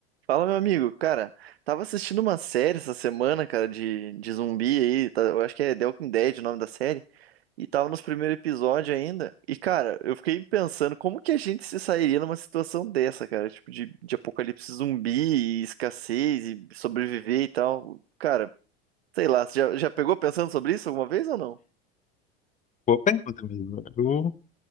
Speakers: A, on the right; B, on the left.
A: Fala, meu amigo. Cara, tava assistindo uma série essa semana, cara, de, de zumbi aí. tá- eu acho que é The Walking Dead o nome da série. E tava nos primeiros episódios ainda. E, cara, eu fiquei pensando como que a gente se sairia numa situação dessa, cara? Tipo, de, de apocalipse zumbi, e escassez e sobreviver e tal. Cara, sei lá, você já, já pegou pensando sobre isso alguma vez ou não?
B: Boa pergunta mesmo. Eu,